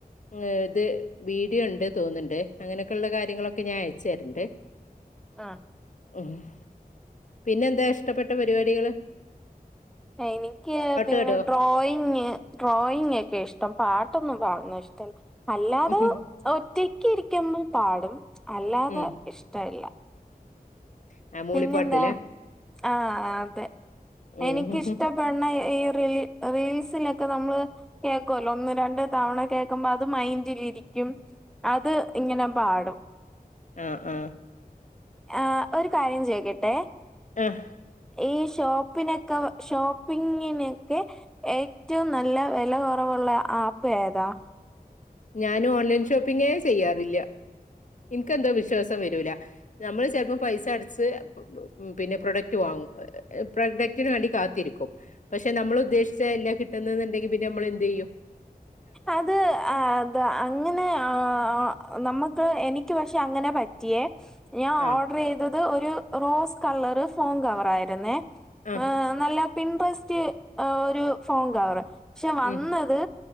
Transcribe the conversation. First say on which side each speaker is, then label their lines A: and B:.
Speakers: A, on the left; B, in the centre.
A: ഉം ഇത് വീഡിയോണ്ട് തോന്ന്ണ്ട് അങ്ങനെയൊക്കെള്ള കാര്യങ്ങളൊക് ഒക്കെ ഞാ അയച്ചര്ണ്ട്
B: ആഹ്
A: ഉഹ് പിന്നെന്താ ഇഷ്ടപ്പെട്ട പരിപാടികള്
B: എനിക്ക് പിന്നെ
A: പാടോ
B: ഡ്രോയിങ് ഡ്രോയിങെക്കെ ഇഷ്ടം പാട്ടൊന്നും പാട്ന്നത് ഇഷ്ടല്ല അല്ലാതെ
A: ഉം
B: ഒറ്റക്ക് ഇരിക്കുമ്പൊ പാടും അല്ലാതെ
A: ഉം
B: ഇഷ്ടയില്ല
A: ഉം ആ മൂളിപ്പാട്ടില്ലേ
B: പിന്നെന്താ ആഹ് അതെ
A: ഉം
B: എനിക്കിഷ്ടപ്പെട്ണ എ ഈറില് റീൽസ് ലെക്കെ നമ്മള് കേകൊല്ലോ ഒന്ന് രണ്ട് തവണ കേ ക്കമത് മൈൻഡിലിരിക്കും അത് ഇങ്ങനെ പാടും
A: ആഹ് ആഹ്
B: ആ ഒരു കാര്യം ചോയ്ക്കട്ടെ
A: ആഹ്
B: ഈ ഷോപ്പിനെക്ക ഷോപ്പിങ്ങിനെക്കെ ഏറ്റവും നല്ല വെല കൊറവുള്ള ആപ്പ് ഏതാ
A: ഞാന് ഓൺലൈൻ ഷോപ്പിങ്ങേ ചെയ്യാറില്യ ഇൻകെന്തോ വിശ്വാസം വെരൂല നമ്മള് ചെലപ്പം പൈസടച്ച് ഉം പിന്നെ പ്രൊഡക്റ്റ് വാങ്ങും ഒ എ എ പ്രൊഡക്റ്റിന് വേണ്ടി കാത്തിരിക്കും പക്ഷെ നമ്മള് ഉദ്ദേശിച്ച എല്ല കിട്ട്ന്ന്ന്ന്ണ്ടെങ്കി പിന്നെ ഞമ്മള് എന്ത്യ്യും
B: അത് ആ അത് അങ്ങനെ ആ നമ്മക്ക് എനിക്ക് പ റ്റങ്ങനെ പറ്റിയേ ഞാ
A: ആഹ്
B: ഓട്രീത അത് ഒരു റോസ് കളറ് ഫോങ്ക വറായിരിന്നേ
A: ആഹ്
B: ആ നല്ല പിൻപസ്റ്റ് ഓ ഒരു ഫോങ്കകവറ് ക്ഷെ വന്നത്
A: ഉം